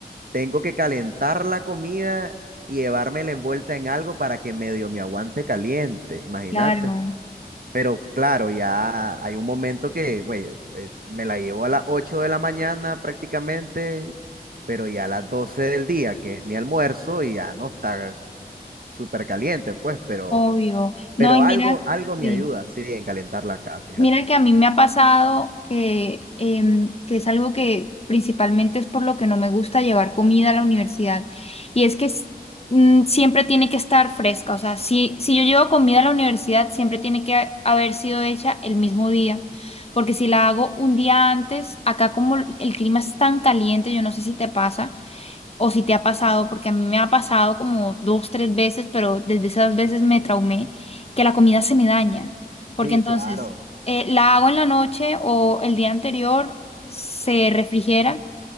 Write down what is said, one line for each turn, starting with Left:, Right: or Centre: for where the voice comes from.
Right: Tengo que calentar la comida y llevármela envuelta en algo para que medio me aguante caliente, imagínate.
Left: claro,
Right: Pero claro, ya hay un momento que, güey, eh, me la llevo a las 8 de la mañana prácticamente, pero ya a las 12 del día, que es mi almuerzo, y ya no está súper caliente, pues, pero,
Left: obvio. No,
Right: pero
Left: y
Right: algo,
Left: mira,
Right: algo me
Left: sí.
Right: ayuda, sí, en calentarla acá, fíjate.
Left: Mira que a mí me ha pasado que, em, que es algo que principalmente es por lo que no me gusta llevar comida a la universidad. Y es que s- mm, siempre tiene que estar fresca. O sea, si, si yo llevo comida a la universidad, siempre tiene que ha- haber sido hecha el mismo día. Porque si la hago un día antes, acá como el clima es tan caliente, yo no sé si te pasa o si te ha pasado, porque a mí me ha pasado como dos, tres veces, pero desde esas veces me traumé, que la comida se me daña, porque
Right: Sí,
Left: entonces
Right: claro,
Left: eh, la hago en la noche o el día anterior, se refrigera,